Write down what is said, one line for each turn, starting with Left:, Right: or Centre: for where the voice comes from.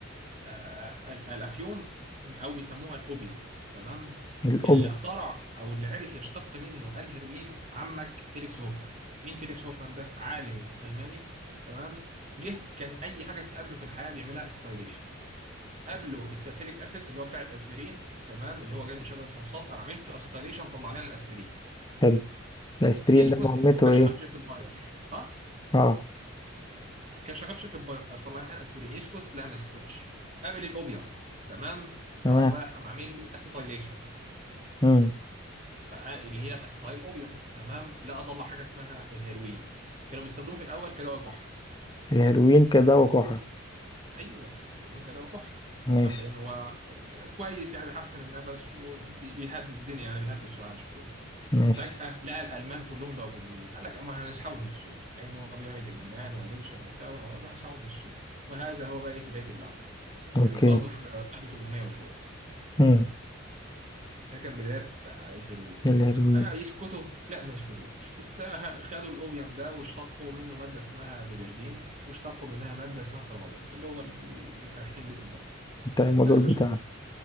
Right: آه، ال- الافيون او بيسموها الاوبيوم تمام
Left: الأوبيا
Right: اللي اخترع او اللي عرف يشتق منه الهيروين عمك فيليكس هوفمان مين فيليكس هوفمان ده عالم الماني تمام جه كان اي حاجه بتقابله في الحياه بيعملها اسيتايليشن قابله الساسيليك اسيد اللي هو بتاع الاسبرين تمام اللي هو جاي من شجر الصفصاف انا عامل له اسيتايليشن طلع لنا الاسبرين
Left: حلو الأسبرين
Right: يسكت
Left: ده مهمته
Right: هو كان
Left: إيه؟
Right: شغال في شركه باير اه
Left: أه
Right: كان شغال في شركه باير طلعنا اسبرين يسكت لا ما يسكتش قابل الاوبيوم تمام
Left: تمام
Right: فقام رايح قام عامل له اسيتايليشن
Left: مم.
Right: اللي هي الاسيتايل اوبيوم تمام لا اطلع حاجه اسمها الهيروين كانوا بيستخدموه في الاول كدواء كح
Left: الهيروين كدواء كحة
Right: ايوه كانوا بيستخدموه كدواء كح
Left: ماشي
Right: تمام لان هو كويس يعني بيحسن النفس وبيهدي الدنيا يعني بيهدي السعال شويه
Left: ماشي
Right: فجاه لقى الالمان كلهم بقوا مدمنين قال لك اما هنسحبه من السوق كانه هو بيعمل ادمان وادكشن وبتاع وحوارات هنسحبه من السوق وهذا هو بقى ايه بدايه اللعب
Left: أوكي
Right: كانت برضه في 1800 وشويه
Left: مم.
Right: ده كان بدايه الهيروين
Left: الهيروين
Right: آه يسكتوا لا ما يسكتوش استاهل خدوا الاوبيوم ده واشتقوا منه ماده اسمها ميبردين واشتقوا منها ماده اسمها الترامادول اللي هو اللي سارحين بيه في البلد
Left: بتاع الموديل
Right: ده يا باشا
Left: بتاعنا